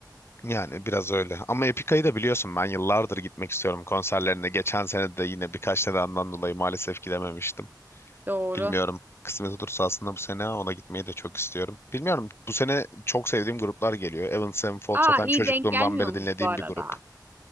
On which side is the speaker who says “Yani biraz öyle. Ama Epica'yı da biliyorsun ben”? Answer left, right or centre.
Left